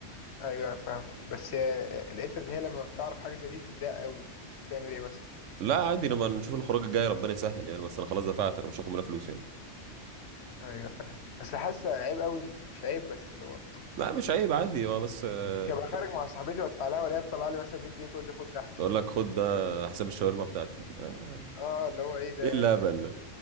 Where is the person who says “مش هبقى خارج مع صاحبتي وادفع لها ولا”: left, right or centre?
Left